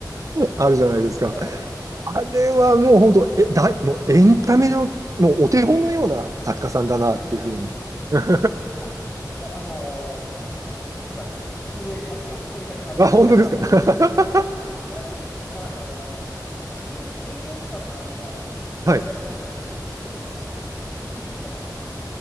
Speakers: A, on the right; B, on the left.
A: あるじゃないですか。
B: はい。
A: あれはもう本当、え、だい、もうエンタメの、もうお手本のような作家さんだなっていうふうに。
B: ですよね。
A: <laughs>
B: あ、だ、あのー今、震えてますよ。あの、鳥肌立ってます。
A: あ、本当ですか。<laughs>
B: あ、ちなみに、あのーアヒルとコインロッカーの話は、
A: はい。
B: 最後のオチ、どうですか気づきました